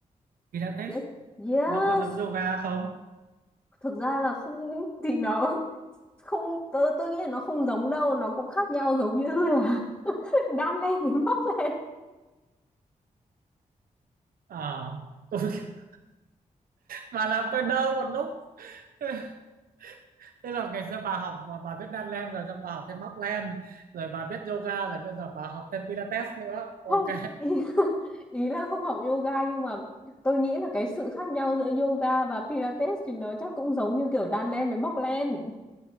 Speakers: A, on the right; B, on the left.
A: Pilates
B: Yes, yes.
A: nó có giống yoga không
B: Thực ra là không <laughs> thì nó không tôi tôi nghĩ là nó không giống đâu, nó cũng khác nhau giống như là đan lên <laughs> mình móc lên
A: à tôi <laughs> mà làm tôi đơ một lúc <laughs> Tức là ngày xưa bà học mà bà biết đan len rồi xong bà học thêm móc len rồi bà biết yoga rồi bây giờ bà học thêm Pilates nữa
B: không
A: ok
B: ý, <laughs> ý là không học yoga nhưng mà tôi nghĩ là cái sự khác nhau giữa yoga và pilates thì nó chắc cũng giống như kiểu đan lên với móc lên